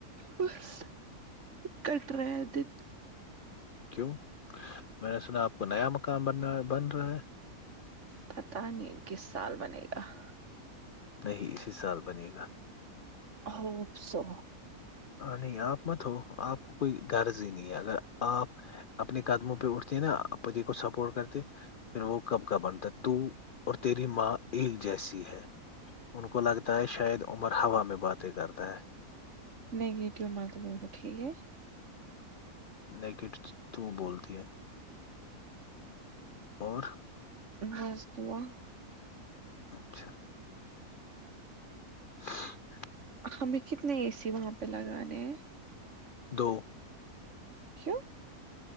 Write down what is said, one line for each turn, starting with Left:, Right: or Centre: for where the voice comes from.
Right: بس کٹرا دن
Left: کیوں، میں نے سنا آپ کو نیا مکان بن- بن رہا ہے
Right: پتا نہیں کس سال بنے گا-
Left: نہیں اسی سال بنے گا
Right: ا اپ سو
Left: نہیں آپ مت ہو آپ کو کوئی غرض ہی نہیں ہے اگر آپ اپنے قدموں پہ اٹھتے ہیں نا پتی کو سپورٹ کرتے- پھر وہ کب کاب بنتا تو اور تیری ماں ایک جیسی ہے- ان کو لگتا ہے شاید عمر ہوا میں باتیں کرتا ہے
Right: نہیںگیٹیو مر تو بہت ٹھیک ہے
Left: نگیٹو تو بولتی ہے اور
Right: ز سس دوہ <unintelligible>
Left: اچھا <inaudible> ہ <inaudible>
Right: ہمیں کتنے اے سی وہاں پہ لگانے ہیں
Left: دو <inaudible>
Right: کی <inaudible>